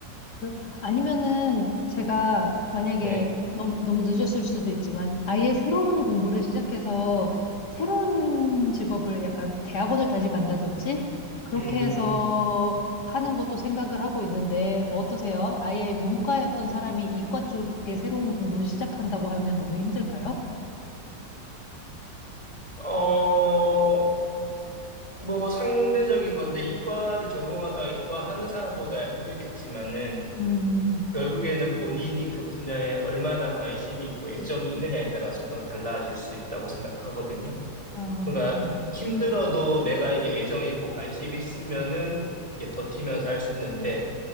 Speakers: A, on the left; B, on the right.
A: 그- 아니면은 제가 만약에
B: 네.
A: 너무, 너무 늦었을 수도 있지만 아예 새로운 공부를 시작해서 새로운 직업을 약간 대학원을 다시 간다든지 그렇게
B: 음,
A: 해서 하는 것도 생각을 하고 있는데 어떠세요? 아예 문과였던 사람이 이과 쪽에 새로운 공부를 시작한다고 하면 너무 힘들까요?
B: 어, 뭐 상대적인 건데 이과를 전공하다가 이과 하는 사람보다 힘들겠지만은
A: 음,
B: 결국에는 본인이 그 분야에 얼마나 관심이 있고 애정이 있느냐에 따라서 그건 달라질 수 있다고 생각하거든요.
A: 아,
B: 그러니까
A: 그렇구나.
B: 힘들어도 내가 이게 애정이 있고 관심이 있으면은 이제 버티면서 할 수 있는데